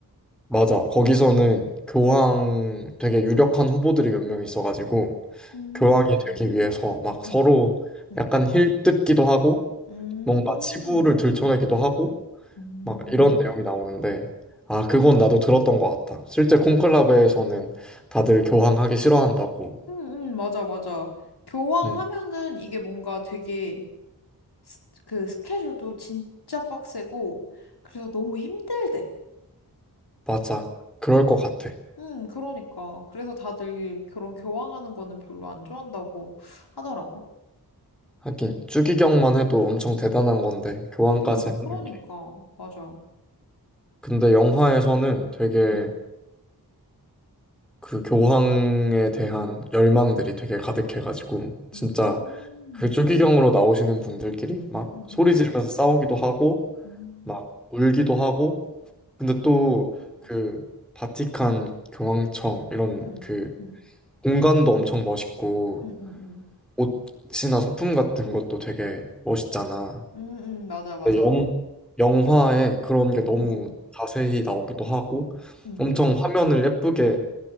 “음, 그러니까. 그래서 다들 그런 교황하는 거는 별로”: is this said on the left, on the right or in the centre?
Left